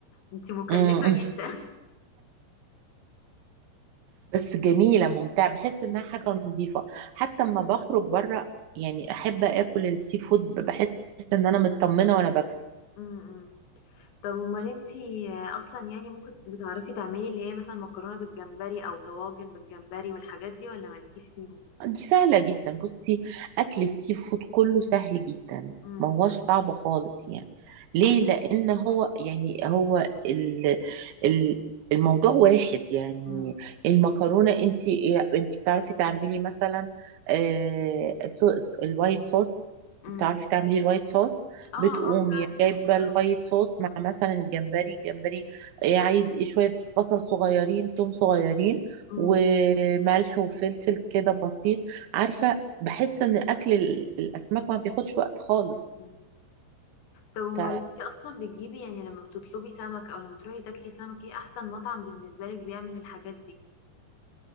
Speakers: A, on the left; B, on the right.
A: انتي مكلفه
B: مم. <laughs>
A: جدا
B: بس جميله ممتعه بحس انها
A: <laughs> مم.
B: حاجه نظيفه حتى اما بخرج بره يعني احب اكل السي فود بحس ان انا مطمنه وانا باكله
A: مم، طب امال انتي اصلا يعني ممكن بتعرفي تعملي اللي هي مثلا مكرونه بالجمبري او طواجن بالجمبري والحاجات دي ولا مالكيش فيهم
B: دي سهلة جدا بصي أكل السي فود كله سهل جدا
A: امم
B: ما هوش صعب خالص يعني ليه
A: ايوه
B: لأن هو يعني هو ال ال الموضوع واحد يعني
A: امم
B: المكرونة انت انت بتعرفي تعملي مثلا آه، صو- الوايت صوص
A: امم
B: بتعرفي تعملي الوايت صوص
A: اه
B: بتقومي
A: اه سهل
B: جايبة
A: مش صعب
B: الوايت صوص مع مثلا الجمبري الجمبري آه، عايز ايه شوية بصل صغيرين توم صغيرين
A: امم
B: وملح وفلفل كده بسيط عارفة بحس ان اكل ال- الاسماك ما بياخدش وقت خالص
A: أمم. طب امال
B: ف
A: انتي اصلا بتجيبي يعني لما بتطلبي سمك او لما تروحي تاكلي سمك ايه احسن مطعم بالنسبه لك بيعمل الحاجات دي